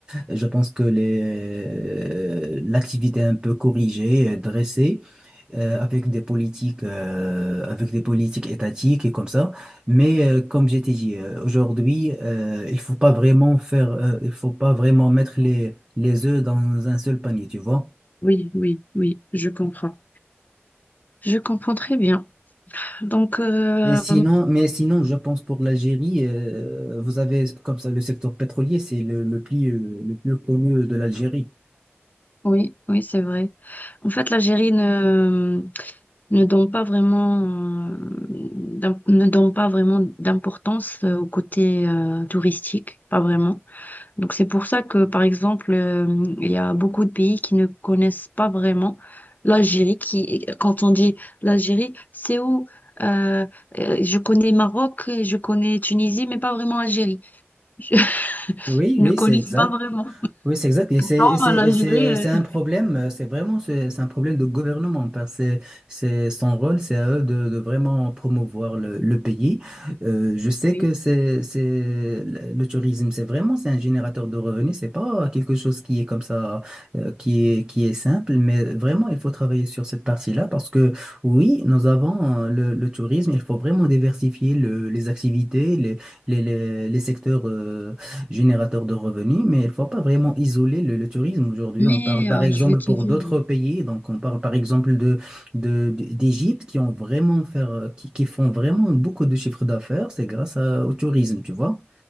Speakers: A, on the right; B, on the left.
A: je pense que les, euh, l'activité un peu corrigée, dressée, euh, avec des politiques, euh, avec des politiques étatiques et comme ça. Mais euh, comme j'ai dit, euh, aujourd'hui, euh, il faut pas vraiment faire, euh, il faut pas vraiment mettre les les œufs dans un seul panier, tu vois.
B: Oui, oui, oui, je comprends. Je comprends très bien. Donc, euh,
A: Mais sinon, mais sinon, je pense pour l'Algérie, euh, vous avez comme ça le secteur pétrolier, c'est le, le plus euh, le plus connu de l'Algérie.
B: oui, oui, c'est vrai. En fait, l'Algérie ne, ne donne pas vraiment, euh, d'im- ne donne pas vraiment d'importance euh, au côté euh, touristique, pas vraiment. Donc c'est pour ça que, par exemple, euh, il y a beaucoup de pays qui ne connaissent pas vraiment l'Algérie, qui, quand on dit l'Algérie, c'est où euh, euh, je connais Maroc, je connais Tunisie, mais pas vraiment Algérie. <laughs>
A: Oui,
B: Je
A: oui,
B: ne connais
A: c'est exact.
B: pas vraiment.
A: Oui, c'est exact. Et c'est
B: Non,
A: et c'est-
B: l'Algérie.
A: et c'est-
B: euh,
A: c'est un problème, euh, c'est vraiment c'est c'est un problème de gouvernement parce que c'est son rôle, c'est à eux de, de vraiment promouvoir le, le pays. Euh, je sais
B: oui.
A: que c'est c'est le le tourisme, c'est vraiment c'est un générateur de revenus, c'est pas quelque chose qui est comme ça euh, qui est qui est simple, mais vraiment il faut travailler sur cette partie-là parce que oui, nous avons euh, le, le tourisme, il faut vraiment diversifier le- les activités, les les les, les secteurs euh, générateur de revenus, mais il ne faut pas vraiment isoler le, le tourisme. Aujourd'hui,
B: Mais
A: on parle par
B: euh,
A: exemple
B: je vais te
A: pour
B: dire.
A: d'autres pays, donc on parle par exemple de, de, de- d'Égypte qui ont vraiment faire, euh, qui, qui font vraiment beaucoup de chiffres d'affaires, c'est grâce à- au tourisme, tu vois.